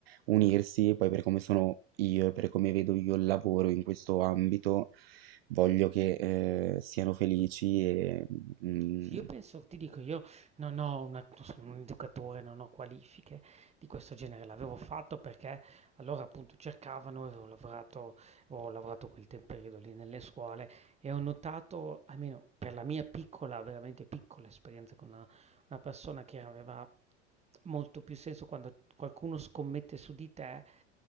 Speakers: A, on the right; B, on the right.
A: unirsi, e poi per come sono io e per come vedo io il lavoro in questo ambito, voglio che eh, siano felici e... mm,
B: Sì, io penso, ti dico, io non ho una, non sono un educatore, non ho qualifiche di questo genere, l'avevo fatto perché allora appunto cercavano, avevo lavorato, ho lavorato quel tem- periodo lì nelle scuole e ho notato, almeno per la mia piccola, veramente piccola esperienza con una, una persona che aveva molto più senso quando qualcuno scommette su di te